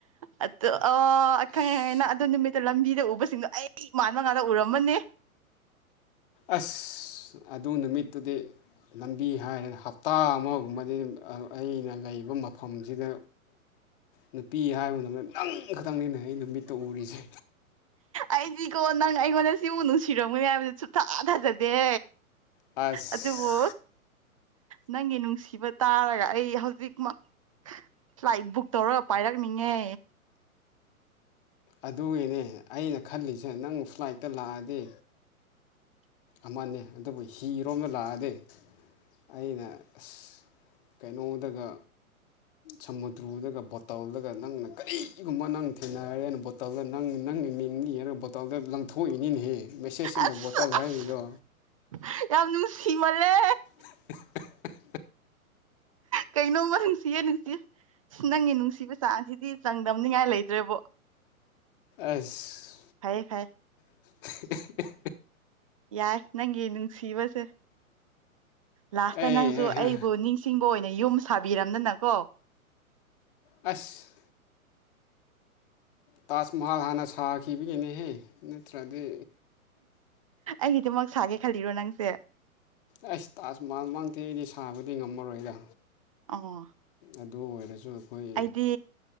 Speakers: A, on the right (about 25°); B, on the left (about 40°).
A: ꯑꯗꯨ ꯑꯣ
B: ꯑꯁ
A: ꯈꯪꯉꯦ ꯈꯪꯉꯦ ꯅꯪ ꯑꯗꯨ ꯅꯨꯃꯤꯠꯇꯣ ꯂꯝꯕꯤꯗ ꯎꯕꯁꯤꯡꯗꯣ ꯑꯩ ꯃꯥꯟꯕ ꯉꯥꯛꯇ ꯎꯔꯝꯃꯅꯤ
B: ꯑꯁ ꯑꯗꯨ ꯅꯨꯃꯤꯠꯇꯨꯗꯤ ꯂꯝꯕꯤ ꯍꯥꯏꯔꯒ ꯍꯞꯇꯥ ꯑꯃꯒꯨꯝꯕꯗꯤ ꯑꯩꯅ ꯂꯩꯕ ꯃꯐꯝꯁꯤꯗ ꯅꯨꯄꯤ ꯍꯥꯏꯕ ꯃꯇꯝꯗ ꯅꯪ ꯈꯛꯇꯪꯅꯤꯅꯦ ꯑꯩꯅ ꯃꯤꯠꯇ ꯎꯔꯤꯁꯦ
A: ꯑꯩꯗꯤꯀꯣ ꯅꯪ ꯑꯩꯉꯣꯟꯗ ꯁꯤꯃꯨꯛ ꯅꯨꯡꯁꯤꯔꯝꯒꯅꯤ ꯍꯥꯏꯕꯗꯤ ꯁꯨꯛꯊꯥ ꯊꯥꯖꯗꯦ
B: ꯑꯁ
A: ꯑꯗꯨꯕꯨ ꯅꯪꯒꯤ ꯅꯨꯡꯁꯤꯕ ꯇꯥꯔꯒ ꯑꯩ ꯍꯧꯖꯤꯛꯃꯛ ꯐ꯭ꯂꯥꯏꯠ ꯕꯨꯛ ꯇꯧꯔꯒ ꯄꯥꯏꯔꯛꯅꯤꯡꯉꯦ
B: ꯑꯗꯨꯒꯤꯅꯦ ꯑꯩꯅ ꯈꯜꯂꯤꯁꯦ ꯅꯪ ꯐ꯭ꯂꯥꯏꯠꯇ ꯂꯥꯛꯑꯗꯤ ꯑꯃꯅꯤ ꯑꯗꯨꯕꯨ ꯍꯤꯔꯣꯝꯗ ꯂꯥꯛꯑꯗꯤ ꯑꯩꯅ ꯑꯁ ꯀꯩꯅꯣꯗꯒ ꯁꯃꯨꯗ꯭ꯔꯨꯗꯒ ꯕꯣꯠꯗꯥꯜꯗꯒ ꯅꯪꯅ ꯀꯔꯤꯒꯨꯝꯕ ꯅꯪ ꯊꯦꯡꯅꯔꯦꯅ ꯕꯣꯠ ꯕꯣꯇꯜꯗ ꯅꯪ ꯅꯪ ꯃꯤꯡ ꯏꯔꯒ ꯕꯣꯇꯜꯗ ꯂꯪꯊꯣꯛꯏꯅꯤꯅꯦꯍꯦ ꯃꯦꯁꯦꯖ ꯏꯟꯗ
A: ꯑꯁ
B: ꯕꯣꯇꯜ
A: ꯑꯁ
B: ꯍꯥꯏꯔꯤꯗꯣ
A: ꯌꯥꯝ ꯅꯨꯡꯁꯤꯃꯜꯂꯦ
B: <unintelligible>
A: ꯀꯩꯅꯣꯝꯃ ꯅꯨꯡꯁꯤꯌꯦ ꯅꯨꯡꯁꯤ ꯅꯪꯒꯤ ꯅꯨꯡꯁꯤꯕ ꯆꯥꯡꯁꯤꯗꯤ ꯆꯪꯗꯝꯅꯤꯉꯥꯏ ꯂꯩꯇ꯭ꯔꯦꯕꯣ
B: ꯑꯁ
A: ꯐꯩ ꯐꯩ
B: ꯑꯦ ꯑꯦ__ <unintelligible>
A: ꯌꯥꯏ ꯅꯪꯒꯤ ꯅꯨꯡꯁꯤꯕꯁꯦ ꯂꯥꯁꯇ
B: ꯑꯩ
A: ꯅꯪꯁꯨ
B: ꯍꯦ ꯍꯦ
A: ꯑꯩꯕꯨ ꯅꯤꯡ ꯁꯤꯡꯕ ꯑꯣꯏꯅ ꯌꯨꯝ ꯁꯥꯕꯤꯔꯝꯗꯅꯀꯣ
B: ꯑꯁ ꯇꯥꯖ ꯃꯍꯜ ꯍꯥꯟꯅ ꯁꯥꯈꯤꯕꯒꯤꯅꯦꯍꯦ ꯅꯠꯇ꯭ꯔꯗꯤ
A: ꯑꯩꯒꯤꯗꯤꯃꯛ ꯁꯥꯒꯦ ꯈꯜꯂꯤꯔꯣ ꯅꯪꯁꯦ
B: ꯑꯩꯁ ꯇꯥꯖ ꯃꯍꯜ ꯃꯥꯛꯇꯤ ꯑꯩꯗꯤ ꯁꯥꯕꯗꯤ ꯉꯝꯃꯔꯣꯏꯗ
A: ꯑꯣ
B: ꯑꯗꯨ ꯑꯣꯏꯔꯁꯨ ꯑꯩꯈꯣꯏ
A: ꯑꯩꯗꯤ